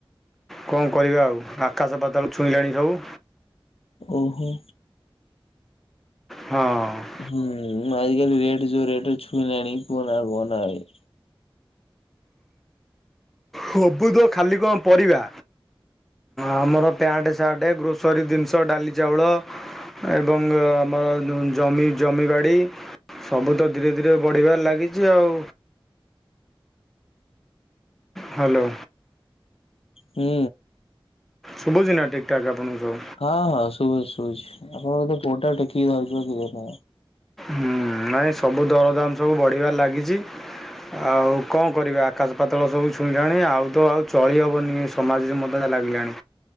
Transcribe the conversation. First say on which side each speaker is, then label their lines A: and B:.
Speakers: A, in the centre; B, on the left.
A: କଣ କରିବା ଆଉ ଆକାଶ ପାତାଳ ଛୁଇଁଲାଣି ସବୁ।
B: ଓହୋ।
A: ହଁ।
B: ହୁଁ ଆଜିକାଲି ରେଟ ଜୋଉ ରେଟ ଛୁଇଁଲାଣି କୁହ ନା ଆଉ କୁହନା ଆଉ।
A: ହବୁତ ଖାଲି କଣ ପରିବା। ଆମର ପ୍ୟାଣ୍ଟ, ସାର୍ଟ, ଗ୍ରୋସରୀ ଜିନିଷ ଡାଲି, ଚାଉଳ। ଏବଂ ଆମର ଯୋଉ ଜମି ଜମିବାଡ଼ି। ସବୁ ତ ଧୀରେ ଧୀରେ ବଢିବାରେ ଲାଗିଛି ଆଉ। ହାଲୋ।
B: ହୁଁ।
A: ଶୁବୁଚି ନା ଠିକ୍ ଠାକ୍ ଆପଣଙ୍କୁ?
B: ହଁ ହଁ ଶୁଭୁଚି ଶୁଭୁଚି ଆପଣଙ୍କ ବୋଧେ ଫୋନ୍ ଟା ଟେକିକି ଧରିଛନ୍ତି ବୋଧେ
A: ହୁଁ ନାଇଁ ସବୁ ଦରଦାମ ସବୁ ବଢିବାରେ ଲାଗିଛି। ଆଉ କଣ କରିବା ଆକାଶ ପାତଳ ସବୁ ଛୁଇଁଲାଣି ଆଉ ତ ଆଉ ଚଳିହବନି। ସମାଜରେ <unintelligible> ଲାଗିଲାଣି